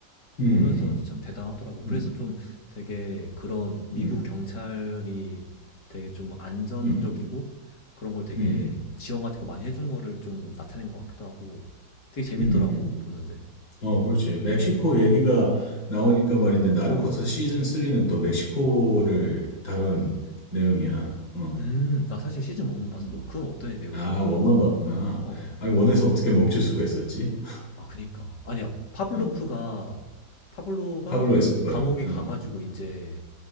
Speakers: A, on the left; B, on the left.
A: 음,
B: 보면서 참 대단하더라고.
A: 음,
B: 그래서
A: 음,
B: 좀 되게 그런 미국
A: 음.
B: 경찰이 되게 좀 안전적이고
A: 음.
B: 그런 걸 되게
A: 음.
B: 지원 같은 거 많이 해준 거를 좀 나타낸 것 같기도 하고 되게 재밌더라고,
A: 음음 음.
B: 보는데.
A: 어 그렇지. 멕시코 얘기가 나오니까 말인데 나르코스 시즌 3는 또 멕시코를 다룬 내용이야. 어.
B: 음, 나 사실 시즌 1만 봤어.
A: 음.
B: 그건 어때, 내용이?
A: 아, 원만 봤구나.
B: 어.
A: 아니, 원에서 어떻게 멈출 수가 있었지?
B: 아, 그니까. 아니야, 파블로프가,
A: 음.
B: 파블로가
A: 파블로
B: 그
A: 에스코바를.
B: 감옥에 가가지고
A: 음.
B: 이제